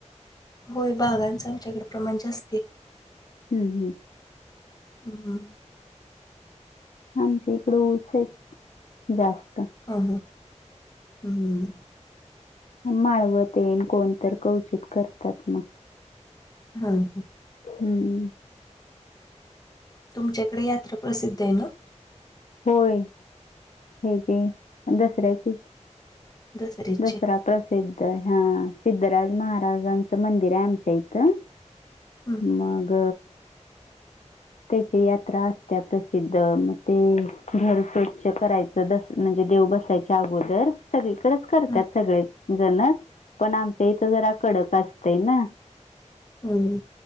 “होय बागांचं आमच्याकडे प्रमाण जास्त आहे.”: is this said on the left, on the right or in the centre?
Left